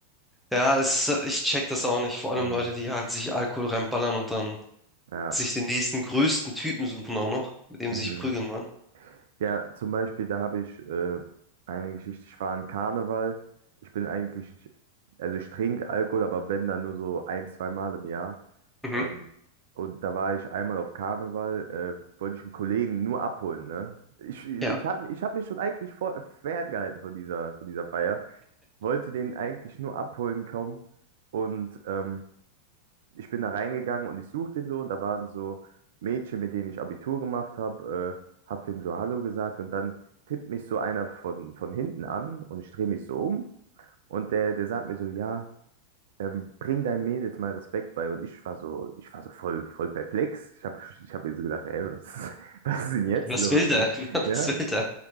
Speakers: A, in the centre; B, on the right.
A: Ja, es, ich check das auch nicht. Vor allem
B: Mhm.
A: Leute, die halt sich Alkohol reinballern und dann
B: Ja.
A: sich den nächsten größten Typen suchen auch noch, mit dem
B: Mhm.
A: sie sich prügeln wollen.
B: Ja, zum Beispiel, da habe ich äh, eine Geschichte, ich war an Karneval. Ich bin eigentlich, also ich trinke Alkohol, aber wenn, dann nur so ein, zwei Mal im Jahr.
A: Mhm.
B: Ähm, und da war ich einmal auf Karneval, äh, wollte ich einen Kollegen nur abholen, ne? Ich, ich
A: Ja,
B: habe ich hab mich schon eigentlich vor, ferngehalten von dieser, von dieser Feier, wollte den eigentlich nur abholen kommen und ähm, ich bin da reingegangen und ich suchte den so und da waren so Mädchen, mit denen ich Abitur gemacht habe, äh, habe denen so Hallo gesagt und dann tippt mich so einer von, von hinten an und ich drehe mich so um und der, der sagt mir so, ja, ähm, bring deinen Mädels mal Respekt bei und ich war so, ich war so voll, voll perplex. Ich habe ich hab mir so gedacht, ey, was, <laughs> was ist denn jetzt
A: was
B: los,
A: will der?
B: ne?
A: <laughs> Was
B: Ja,
A: will der?